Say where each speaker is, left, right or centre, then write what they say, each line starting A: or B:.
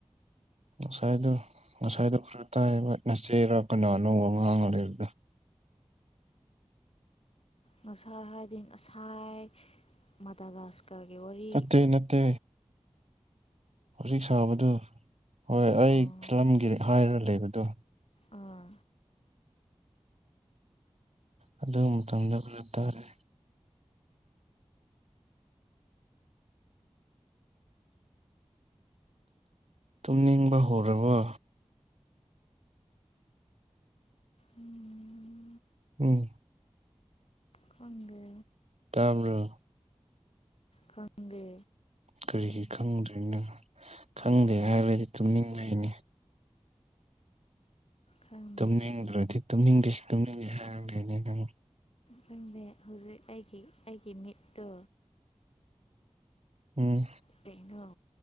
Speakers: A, on the right; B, on the left.
A: ꯉꯁꯥꯏꯗꯣ ꯉꯁꯥꯏꯗꯣ ꯈꯔ ꯇꯥꯏꯕ ꯅꯆꯦꯔ ꯀꯅ ꯑꯅꯧꯕ ꯉꯥꯡꯉꯕꯗ
B: ꯅꯁꯥ ꯍꯥꯏꯗꯤꯡ ꯉꯁꯥꯏ ꯃꯗꯥꯗꯥꯁ ꯀꯔꯒꯤ ꯋꯥꯔꯤ
A: ꯅꯠꯇꯦ ꯅꯠꯇꯦ ꯍꯧꯖꯤꯛ ꯁꯥꯕꯗꯨ ꯍꯣꯏ ꯑꯩ
B: ꯑꯣ
A: ꯐꯤꯂꯝꯒꯤ ꯍꯥꯏꯔ ꯂꯩꯕꯗꯣ
B: ꯑꯥ
A: ꯑꯗꯨ ꯃꯇꯨꯡꯗ ꯈꯔ ꯇꯥꯔꯦ ꯇꯨꯝꯅꯤꯡꯕ ꯍꯧꯔꯕꯣ
B: ꯎꯝ
A: ꯎꯝ
B: ꯈꯪꯗ
A: ꯇꯥꯃꯔꯨ
B: ꯈꯪꯗꯦ
A: ꯀꯔꯤꯒꯤ ꯈꯪꯗ꯭ꯣꯏꯅꯣ ꯈꯪꯗꯦ ꯍꯥꯏꯔꯗꯤ ꯇꯨꯝꯅꯤꯡ ꯂꯩꯅꯤ
B: ꯈꯪꯗꯦ
A: ꯇꯨꯝꯅꯤꯡꯗ꯭ꯔꯗꯤ ꯇꯨꯝꯅꯤꯡꯗꯦꯁꯨ ꯇꯨꯝꯅꯤꯡꯉꯦ ꯍꯥꯏꯔ ꯂꯩꯅꯦ ꯑꯗꯨꯪ
B: ꯈꯪꯗ ꯍꯧꯖꯤꯛ ꯑꯩꯒꯤ ꯑꯩꯒꯤ ꯃꯤꯠꯇꯣ
A: ꯎꯝ
B: ꯀꯩꯅꯣ